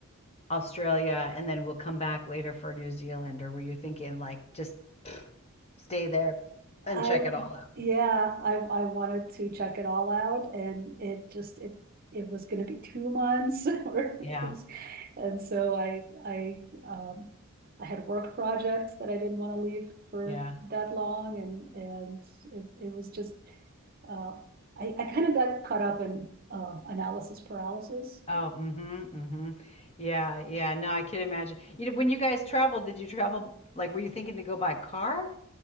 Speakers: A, on the left (about 30°); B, on the right (about 45°).
A: Australia and then we'll come back later for New Zealand, or were you thinking like just stay there and
B: I,
A: check it all out?
B: yeah, I, I wanted to check it all out and it just, it, it was gonna be two months <laughs> or, it
A: Yeah,
B: was- and so I, I, um, I had work projects that I didn't want to leave for
A: yeah.
B: that long and, and it, it was just, uh, I, I kind of got caught up in, uh, analysis paralysis.
A: Oh, mm-hmm, mm-hmm. Yeah, yeah. No, I can imagine. You know, when you guys traveled, did you travel like were you thinking to go by car?